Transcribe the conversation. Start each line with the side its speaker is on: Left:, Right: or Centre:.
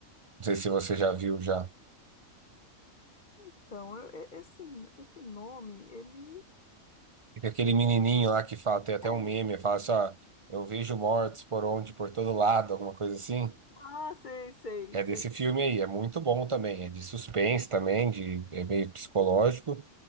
Right: sei se você já viu já.
Left: Então, eu- e- esse, esse nome, ele.
Right: Tem aquele
Left: Ele.
Right: menininho lá que fala, tem até
Left: É.
Right: um meme, fala assim, ó, eu vejo mortos por onde, por todo lado, alguma coisa assim.
Left: Ah, sei, sei,
Right: É
Left: sei.
Right: desse filme aí, é muito bom também. É de suspense também, de, é meio psicológico.